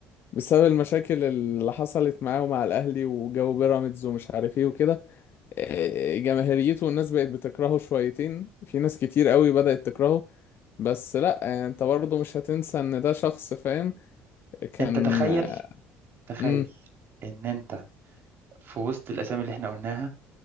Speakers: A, on the left (about 55°); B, on the right (about 50°).
A: بسبب المشاكل اللي حصلت معاه ومع الاهلي وجو بيراميدز ومش عارف ايه وكده آه، جماهيريته والناس بقت بتكرهه شويتين في ناس كتير قوي بدأت تكرهه بس لا آه، انت برضه مش هتنسى ان ده شخص فاهم كان
B: انت تخيل
A: آه،
B: تخيل
A: امم
B: ان انت في وسط الاسامي اللي احنا قلناها